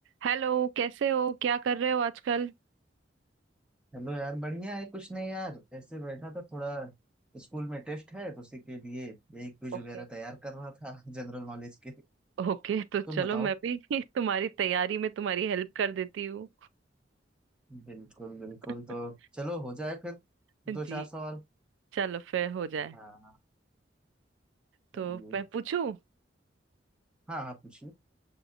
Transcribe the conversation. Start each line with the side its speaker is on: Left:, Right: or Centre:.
Right: हेलो कैसे हो क्या कर रहे हो आजकल
Centre: Hello यार बढ़िया है कुछ नहीं यार ऐसे बैठा था थोड़ा स्कूल में टेस्ट है तो उसी के लिए यही क्विज
Right: ओके
Centre: वगैरह तैयार कर रहा था <laughs> जनरल नॉलेज के
Right: ओके तो
Centre: तुम
Right: चलो
Centre: बताओ
Right: मैं भी <laughs> तुम्हारी तैयारी में तुम्हारी हेल्प कर देती हूँ
Centre: बिल्कुल बिल्कुल
Right: <laughs>
Centre: तो चलो हो जाए फिर
Right: जी
Centre: दो चार सवाल
Right: चलो फिर हो जाए
Centre: हाँ
Right: तो
Centre: चलिए
Right: मैं पूछूं
Centre: हाँ हाँ पूछिए